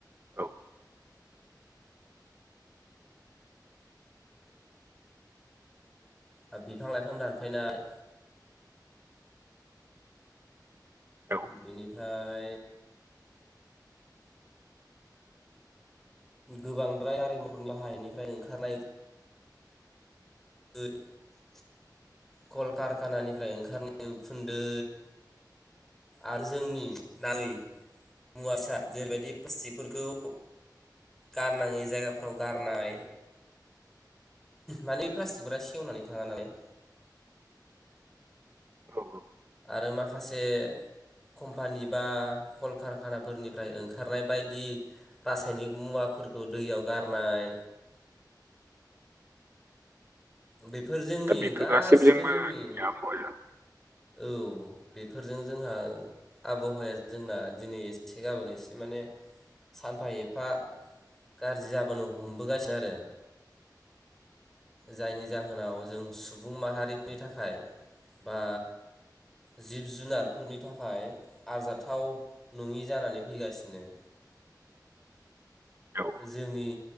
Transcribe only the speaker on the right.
औ
औ
औ
दा बेफोर
गासैबोजोंबो
आबहावाया
औ